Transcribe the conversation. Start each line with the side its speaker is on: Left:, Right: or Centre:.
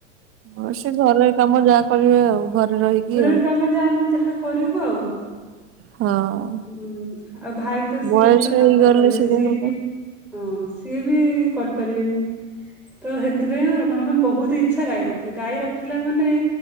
Right: ହଁ ସେ ଘରୋଇ କାମ ଯାହା କରିବେ ଆଉ। ଘରେ ରହିକି
Centre: ଘରୋଇ
Right: ଆଉ
Centre: କାମ ଯା ଆମେ ଯାହା କରିବୁ ଆଉ।
Right: ହଁ।
Centre: ହୁଁ ଆଉ ଭାଇ ତ ସିଏ
Right: ବୟସ
Centre: ବି ତ
Right: ହେଇଗଲେ
Centre: କାମରେ ରହିବେ
Right: ସେଇଆ
Centre: ସିଏ
Right: ହବ
Centre: ବି ହଁ ସିଏ ବି କରିପାରିବେନି। ତ ହେଥିପାଇଁ ଆଉ ରଖୁନୁ କିନ୍ତୁ ବହୁତ ଇଛା ଗାଈ ରଖିବା ଗାଈ ରଖିଲା ମାନେ